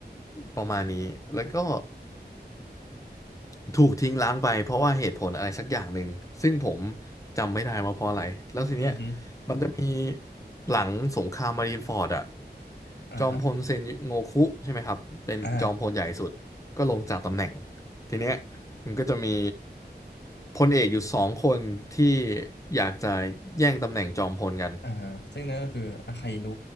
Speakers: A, on the left; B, on the left.
A: ประมาณนี้แล้วก็ ถูกทิ้งล้างไปเพราะว่าเหตุผลอะไรสักอย่างหนึ่งซึ่งผมจำไม่ได้ว่าเพราะอะไรแล้วทีเนี้ย
B: อืมฮึ
A: มันจะมีหลังสงครามมารีนฟอร์ดอะ
B: อ่าครับ
A: จอมพลเซนโงคุใช่ไหมครับเป็นจอมพลใหญ่สุดก็ลงจากตำแหน่ง
B: อ่า
A: ทีเนี้ยมันก็จะมีพลเอกอยู่สองคนที่อยากจะแย่งตำแหน่งจอมพลกัน
B: อ่าฮะซึ่งนั่นก็คืออาคาอินุ